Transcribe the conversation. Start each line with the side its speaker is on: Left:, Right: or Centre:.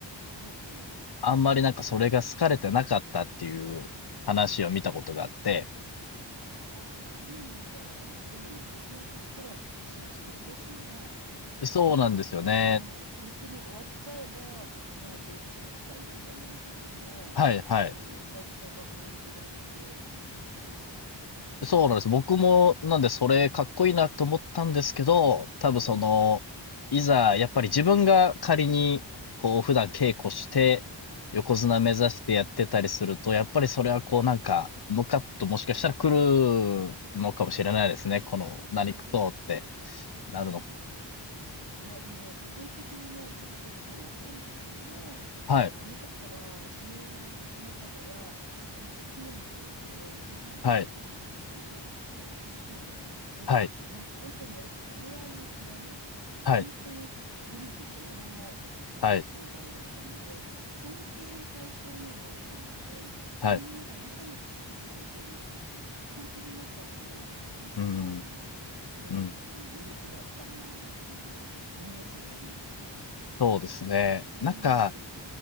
Right: ほうほう。
Left: あんまりなんかそれが好かれてなかったっていう話を見たことがあって、
Right: ああ、そうなんだ。いや、でも横綱としては紳士的だしね。
Left: そうなんですよね。
Right: ねえ、やっぱり、うん、取り組み終わっちゃえば、もうそれこそオフサイドじゃないけれども、
Left: はいはい。
Right: そういう優しさが感じられて、いいですよね。
Left: そうなんです。僕も、なんでそれかっこいいなと思ったんですけど、多分その、
Right: うん、
Left: いざ、やっぱり自分が仮に、こう、普段稽古して、横綱目指してやってたりすると、
Right: うん。
Left: やっぱりそれはこう、なんか、ムカッともしかしたら来るのかもしれないですね。この、
Right: のかな。
Left: 何くそってなるの。
Right: うん。いや、でもね、個人的にね、ちょっと接点はあったんですけれども、
Left: はい、
Right: あの方はお相撲の中では割と常に孤独で、ご飯食べてる時とかも割と一人で、
Left: はい、はい、
Right: なんか本当ね、馴れ合いを嫌う、
Left: はい、
Right: 本当にウルフそのものの存在だったので、
Left: はい、
Right: 尊敬の対象にはなるけれども、
Left: はい。
Right: みんなが仲良くする感じではなくって、本当になんかこう、寂しそうな、
Left: うん、
Right: うん、
Left: うん。
Right: あの、ウルフだったなあっていう。イメージがあります。
Left: そうですね。
Right: うーん。
Left: なんか、